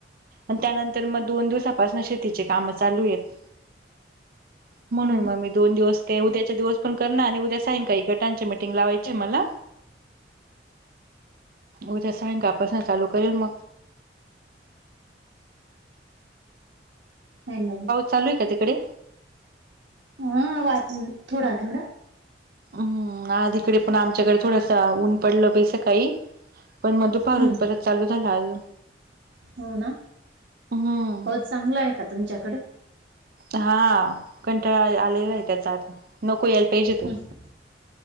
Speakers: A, on the right; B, on the right.
A: अन् त्यानंतर मग दोन दिवसापासनं शेतीचे कामं चालूएत. म्हणून
B: हम्म
A: मग मी दोन दिवस काय, उद्याच्या दिवस पण करणार आणि उद्या सायंकाळी गटांची मीट् टिंग लावायचीय मला. उद्या सायंकाळ पासनं चालू करेल मग.
B: हॅलो.
A: चालूए का तिकडे?
B: हम्म, वाट् थोडा-थोडा.
A: हम्म, आधिकडे पण आमच्याकडे थोडंसं ऊन पडलं बाई सकाळी. पण मग दुप् भरून
B: हम्म.
A: परत चालू झालं आजून.
B: हो ना
A: हम्म.
B: पाऊस चांगला आहे का तुमच्याकडे?
A: हा, कंटाळा आले आलेलाय त्याचा आता. नको यायल पाहिजे तो.
B: हम्म